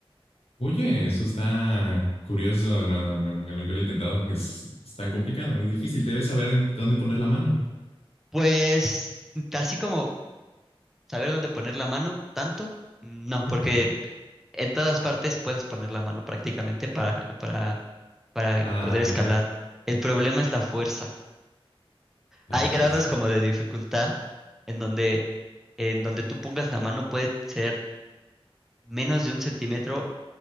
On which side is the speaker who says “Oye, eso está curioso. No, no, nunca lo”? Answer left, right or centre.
Left